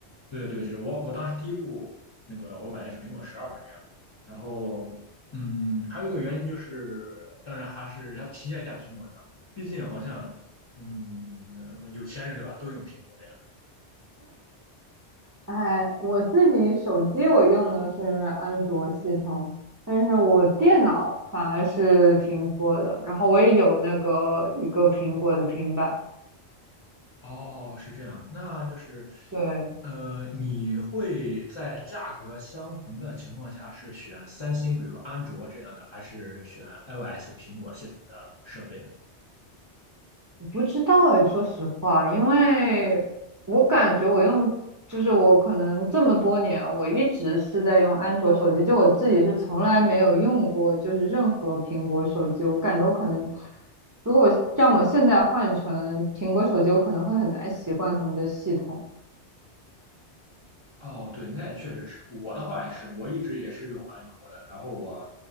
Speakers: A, on the left (about 35°); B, on the right (about 25°).
A: 对对，是我我当时第一部那个我买的是苹果十二嘛，这样。然后，嗯，还有一个原因就是，当然还是要体验一下苹果，的吧？毕竟好像，嗯，呃有钱人对吧，都用苹果这样。
B: 哎，我自己手机我用的是安卓系统，但是我电脑反而是苹果的，然后我也有那个一个苹果的平板。
A: 哦，是这样，那就是，
B: 对，
A: 呃，你会在价格相同的情况下是选三星，比如说安卓这样的，还是选 iOS 苹果系统的设备呢？
B: 我不知道哎，说实话，因为我感觉我用，就是我可能这么多年，我一直是在用安卓手机，就我自己是从来没有用过，就是任何苹果手机，我感觉我可能。如果我让我现在换成苹果手机，我可能会很难习惯他们的系统。
A: 哦，对，那确实是我的话也是，我一直也是用安卓的。然后我，